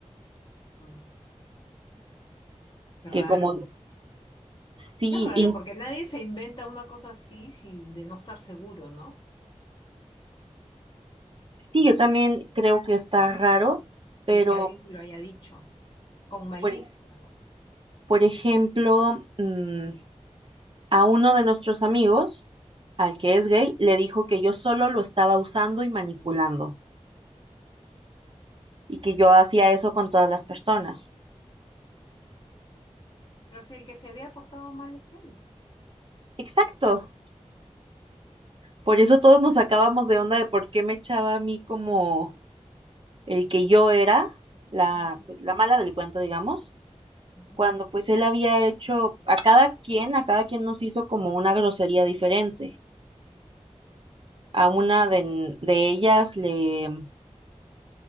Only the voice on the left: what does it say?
Mm. Qué raro.
Qué raro,
porque nadie se inventa una cosa así sin de no estar seguro, ¿no?
De que alguien se lo haya dicho, con malicia,
¿no?
Pero si el que se había portado mal es él.
Mm.
Ujú,
ujú,